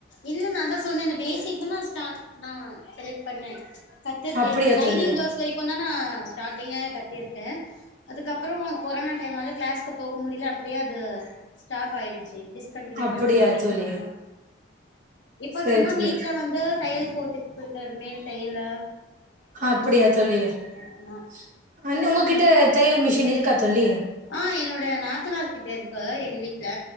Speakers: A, on the left; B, on the right.
A: இல்ல நான் தான் சொன்னேனே பேசிக் இப்பதான் ஸ்டார்ட் நா செலக்ட் பண்ணேன் கத்துருக்கேன்
B: அப்படியா
A: லைனிங்
B: தோழி
A: ப்ளோஸ் வரைக்கும் தான் நா ஸ்டார்டிங்க கத்தியிருக்கேன் அதுக்கப்புறம் கொரோனா டைமாவ கிளாஸ்க்கு போக முடியல அப்படியே அது ஸ்டாப் ஆயிடுச் சி டிஸ்கண்டியூ
B: அப்படியா
A: பண்ற மாதிரி
B: தோழி
A: ஆமா இப்ப
B: சரி
A: சும்மா
B: தோழி
A: வீட்டுல வந்து தையல் போட்டி குடுக்கறது மேல் தையல்லு
B: அப்படியா தோழி அ
A: ஆமா
B: உங்ககிட்ட தையல் மிஷின் இருக்கா தோழி
A: ஆ என்னோட நாத்தனார்கிட்ட இருக்கு எங்க வீட்ல